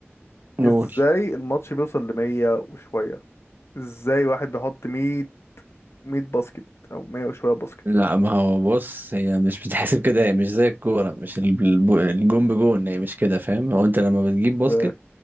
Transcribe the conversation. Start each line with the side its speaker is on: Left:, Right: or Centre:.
Right: نقول
Left: إزاي الماتش بيوصل لمية وشوية ازاي واحد بيحط 100 100 باسكت او 100 وشويه باسكت
Right: لا ما هو بص هي مش بتحسب كده هي مش زي الكوره مش الب- الب- الجون بجون هي مش كده فاهم هو انت لما بتجيب باسكت
Left: ازاي